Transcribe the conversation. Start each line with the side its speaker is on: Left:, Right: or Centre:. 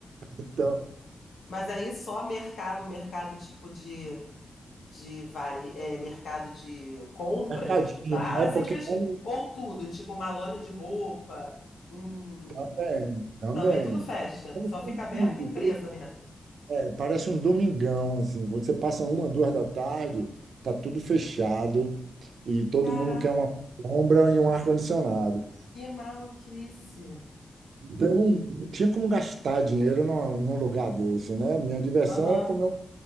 Right: então,
Left: Mas aí só mercado, mercado tipo de, de vare... é, mercado de compras
Right: mercadinho,
Left: básicas
Right: não é porque é, um,
Left: ou tudo, tipo uma loja de roupa, um...
Right: é também, também.
Left: também tudo fecha.
Right: Então,
Left: Só fica aberta empresa mesmo.
Right: É, parece um domingão assim, você passa uma, duas da tarde, tá tudo fechado e todo
Left: Caraca,
Right: mundo quer uma sombra e um ar-condicionado.
Left: que maluquice.
Right: Então, não tinha como gastar dinheiro num, num lugar desse, né? Minha diversão
Left: Aham.
Right: era comer um,